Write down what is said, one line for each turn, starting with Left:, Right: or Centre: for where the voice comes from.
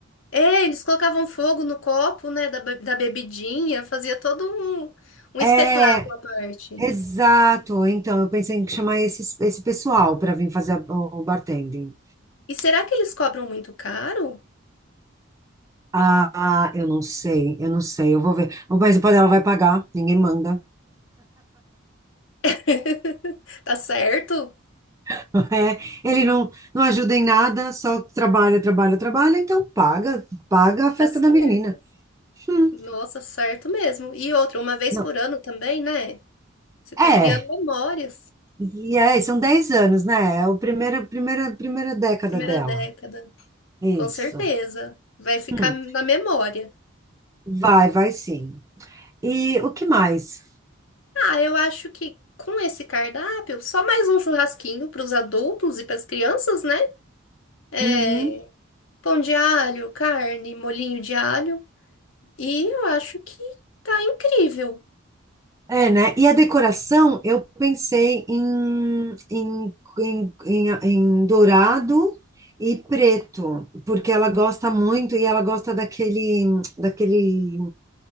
Left: É, eles colocavam fogo no copo, né, da, be- da bebidinha, fazia todo um, um espetáculo
Right: É,
Left: à parte.
Right: exato. Então, eu pensei em chamar esse, esse pessoal para vir fazer a- o bartending.
Left: E será que eles cobram muito caro?
Right: Ah, eu não sei, eu não sei, eu vou ver. Mas o ela vai pagar, ninguém manda.
Left: <laughs> Tá certo?
Right: <laughs> É, ele não, não ajuda em nada, só trabalha, trabalha, trabalha, então paga, paga a festa
Left: Tá certo.
Right: da menina. Hum,
Left: Nossa, certo mesmo. E outra, uma vez
Right: não.
Left: por ano também, né? Você tá
Right: É,
Left: criando memórias.
Right: e aí, são 10 anos, né? É a primeira, primeira, primeira década
Left: Primeira
Right: dela.
Left: década.
Right: Isso.
Left: Com certeza. Vai ficar
Right: Hum,
Left: na memória.
Right: vai, vai sim. E o que mais?
Left: Ah, eu acho que com esse cardápio, só mais um churrasquinho para os adultos e para as crianças, né? É,
Right: Uhum.
Left: Pão de alho, carne, molhinho de alho. E eu acho que tá incrível.
Right: É, né? E a decoração, eu pensei em, em, em, em, em dourado e preto, porque ela gosta muito e ela gosta daquele, daquele